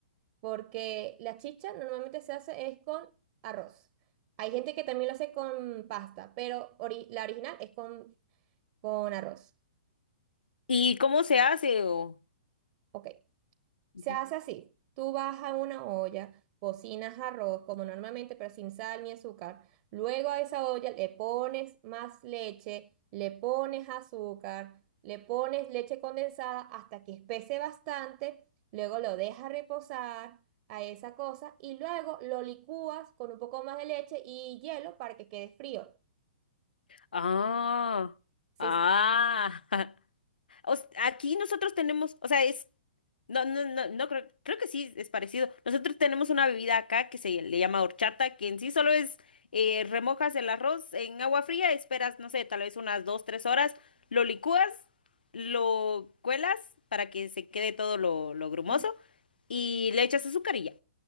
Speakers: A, on the right; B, on the left.
A: porque la chicha normalmente se hace es con arroz. Hay gente que también lo hace con pasta, pero ori- la original es con, con arroz.
B: ¿Y cómo se hace? O...
A: Ok.
B: Ujú.
A: Se hace así. Tú vas a una olla, cocinas arroz como normalmente, pero sin sal ni azúcar. Luego a esa olla le pones más leche, le pones azúcar, le pones leche condensada hasta que espese bastante. Luego lo dejas reposar a esa cosa y luego lo licúas con un poco más de leche y hielo para que quede frío.
B: Ah,
A: Sí,
B: ah.
A: sí.
B: <laughs> O s- aquí nosotros tenemos, o sea, es, no, no, no, no creo, creo que sí es parecido. Nosotros tenemos una bebida acá que se le llama horchata, que en sí solo es eh, remojas el arroz en agua fría, esperas, no sé, tal vez unas dos, tres horas, lo licúas, lo cuelas para que se quede todo lo, lo grumoso
A: Ujú.
B: y le echas azúcar y ya.